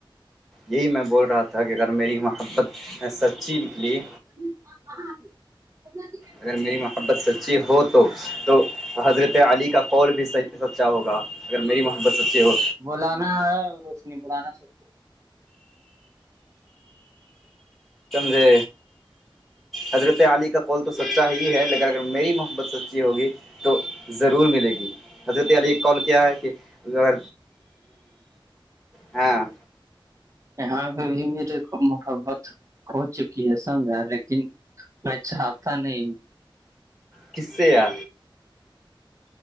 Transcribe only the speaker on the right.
<inaudible> <unintelligible>
بلانا ہے روشنی بلانا ہے سب کچھ
یہاں پہ بھی میرے محبت ہو چکی ہے سمجھ ہے لیکن میں چاہتا نہیں